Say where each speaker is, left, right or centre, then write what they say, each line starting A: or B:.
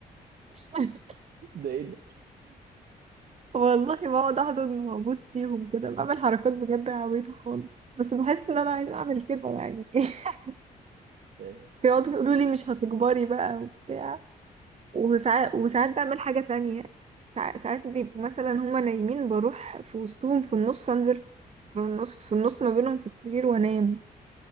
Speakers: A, on the right (about 40°); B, on the right (about 65°).
A: <laughs>
B: ده ايه ده
A: والله بقعد احضن وابوس فيهم كده بعمل حركات بجد عبيطة خالص بس بحس ان انا عايزة اعمل كده يعني <laughs>
B: فاهم
A: بيقعدوا يقولوا لي مش هتكبري بقى وبتاع وساعات وساعات بعمل حاجة تانية ساع- ساعات بيبقوا مثلا هما نايمين بروح في وسطهم في النص انزل في النص في النص ما بينهم في السرير وانام